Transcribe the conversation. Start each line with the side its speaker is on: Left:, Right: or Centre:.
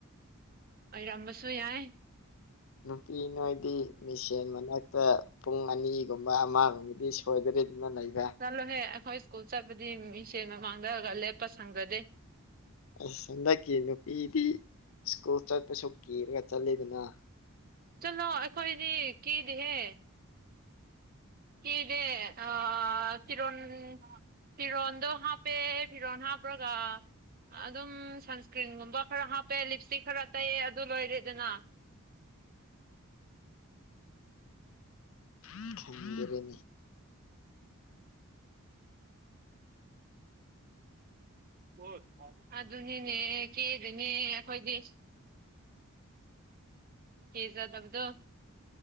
Right: ꯑꯣꯏꯔꯝꯕꯁꯨ ꯌꯥꯏ
Left: ꯅꯨꯄꯤ ꯅꯣꯏꯗꯤ ꯃꯤꯁꯦꯟ ꯃꯅꯥꯛ ꯇ ꯄꯨꯡ ꯑꯅꯤꯒꯨꯝꯕ ꯑꯃꯒꯨꯝꯕꯗꯤ ꯁꯣꯏꯗꯔꯦꯗꯅ ꯂꯩꯕ
Right: ꯆꯠꯂꯣꯍꯦ ꯑꯩꯈꯣꯏ ꯁ꯭ꯀꯨꯜ ꯆꯠꯄꯗꯤ ꯃꯤꯁꯦꯜ ꯃꯃꯥꯡꯗꯒ ꯂꯦꯞꯄ ꯁꯪꯖꯗꯦ
Left: ꯑꯁ ꯍꯟꯗꯛꯀꯤ ꯅꯨꯄꯤꯗꯤ ꯁ꯭ꯀꯨꯜ ꯆꯠꯄꯁꯨ ꯀꯦꯔꯒ ꯆꯠꯂꯦꯗꯅ
Right: ꯆꯠꯂꯣ ꯑꯩꯈꯣꯏꯗꯤ ꯀꯦꯗꯦꯍꯦ ꯀꯦꯗꯦ ꯑ ꯐꯤꯔꯣꯟ ꯐꯤꯔꯣꯟꯗꯣ ꯍꯥꯞꯄꯦ ꯐꯤꯔꯣꯟ ꯍꯥꯞꯄ꯭ꯔꯒ ꯑꯗꯨꯝ ꯁꯟꯁꯀ꯭ꯔꯤꯟꯒꯨꯝꯕ ꯈꯔ ꯍꯥꯞꯄꯦ ꯂꯤꯞꯏꯇꯤꯛ ꯈꯔ ꯇꯩꯑꯦ ꯑꯗꯨ ꯂꯣꯏꯔꯦꯗꯅ
Left: <unintelligible> <unintelligible>
Right: ꯍꯣꯢ ꯑꯗꯨꯅꯤꯅꯦ ꯀꯦꯗꯦꯅꯦ ꯑꯩꯈꯣꯏꯗꯤ ꯀꯦꯖꯥꯗꯕꯗꯣ